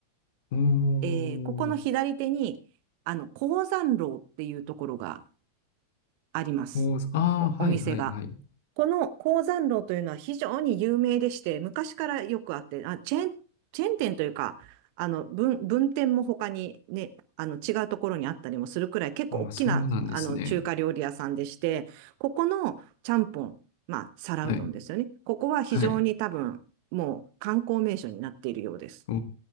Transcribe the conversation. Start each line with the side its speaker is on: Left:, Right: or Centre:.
Left: おー、
Right: えーここの左手に、あの、鉱山楼っていうところがあります。
Left: こう、ああ、
Right: お、お店が。
Left: はい、はい、はい。
Right: この鉱山楼というのは非常に有名でして、昔からよくあって、あ、チェーン、チェーン店というか、あの、分、分店も他にね、あの、違うところにあったりもするくらい、結構大きな、
Left: ああ、そうなんですね。
Right: あの、中華料理屋さんでして、ここのちゃんぽん、まあ、皿うどんですよね。
Left: はい。
Right: ここは非常に多分、
Left: はい。
Right: もう観光名所になっているようです。
Left: お